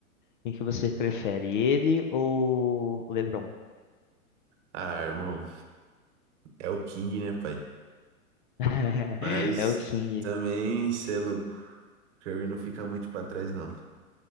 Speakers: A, on the left; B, on the right.
A: Quem que você prefere? Ele ou o LeBron?
B: Ah, irmão. É o King, né, pai?
A: <laughs>
B: Mas
A: É o King.
B: também, cê é louco. Curry não fica muito pra trás, não.